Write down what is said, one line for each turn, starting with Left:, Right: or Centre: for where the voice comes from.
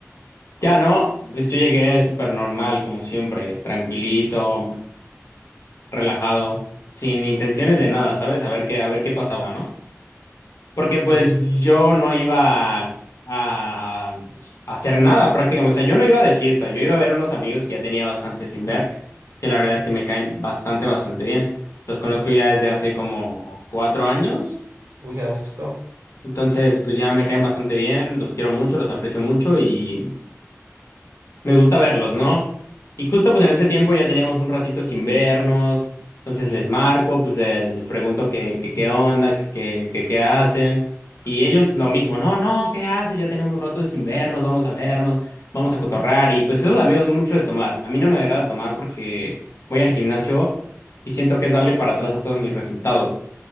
Left: ya no, pues yo llegué súper normal, como siempre, tranquilito, relajado, sin intenciones de nada, ¿sabes? A ver qué, a ver qué pasaba, ¿no? Porque
Right: sí,
Left: pues yo no iba a, a hacer nada prácticamente. O sea, yo no iba de fiesta, yo iba a ver a unos amigos que ya tenía bastante sin ver, que la verdad es que me caen bastante, bastante bien. Los conozco ya desde hace como cuatro años,
Right: uy, harto.
Left: entonces pues ya me caen bastante bien, los quiero mucho, los aprecio mucho y... Me gusta verlos, ¿no? Y justo pues en ese tiempo ya teníamos un ratito sin vernos, entonces les marco, pues le- les pregunto qué, qué, qué onda, qué, qué, qué qué hacen, y ellos lo mismo, no, no, ¿qué haces? Ya tenemos rato sin vernos, vamos a vernos, vamos a cotorrar, y pues esos amigos son mucho de tomar. A mí no me agrada tomar porque voy al gimnasio y siento que es darle para atrás a todos mis resultados.